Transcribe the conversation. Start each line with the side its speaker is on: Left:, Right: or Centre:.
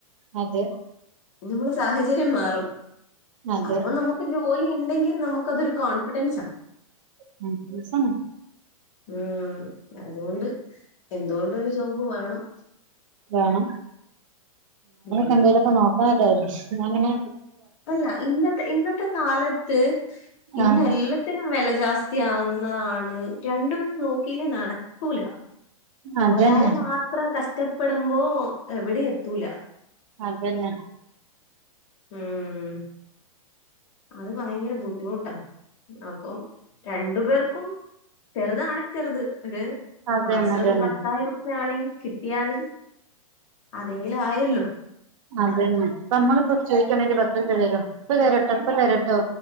Right: അതെ
Left: <unintelligible> സാഹചര്യം മാറും
Right: അതെ
Left: അപ്പൊ നമ്മുക്ക് ജോലി ഉണ്ടെങ്കിൽ നമ്മുക്ക് അതൊരു കോൺഫിഡൻസാ
Right: ഉം <unintelligible>
Left: ഉം അതുകൊണ്ട് എന്തുകൊണ്ടൊരു ജോബ് വേണം
Right: വേണം <unintelligible>
Left: ഉം
Right: എന്തെലും ഒക്കെ നോക്കണതായി ഞങ്ങനെ
Left: അല്ല ഇന്നത്തെ ഇന്നത്തെ കാലത്ത് ഇന്ന്
Right: ആഹ്
Left: എല്ലാ ത്തിനും വില ജാസ്തിയാവുന്നതാണ് രണ്ടുപേരും നോക്കില്ലേ നടക്കൂല
Right: അതന്നെ
Left: ഒരാള് മാത്രം കഷ്ടപ്പെടുമ്പോ എവിടെയും എത്തൂല
Right: അതന്നെ
Left: ഉം അത് ഭയങ്കര ബുദ്ധിമുട്ടാ അപ്പം രണ്ടു പേർക്കും ചെറുതാണേ ചെറുത് ഒരു
Right: അതന്നെ
Left: മാസം
Right: അതന്നെ
Left: ഒരു പത്തായിരം രൂപ ആണെങ്കിൽ കിട്ടിയാലും അതെങ്കിലും ആയല്ലോ
Right: അതന്ന നമ്മള് കു ചോദിക്കാണെ പത്ര തരും ഇപ്പ തരട്ടോ ഇപ്പൊ തരട്ടോ